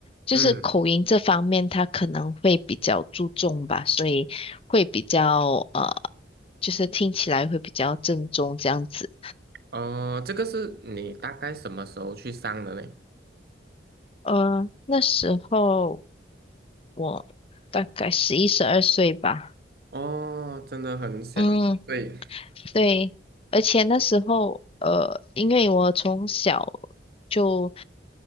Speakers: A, on the left; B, on the right.
A: 就是口音这方面他可能会比较注重吧，
B: 嗯，
A: 所以会比较呃，就是听起来会比较正宗这样子。
B: 哦，这个是你大概什么时候去上的呢？
A: 呃，那时候我大概十一、十二岁吧。
B: 哦，真的很小，
A: 嗯，
B: 对，
A: 对，而且那时候，呃，因为我从小就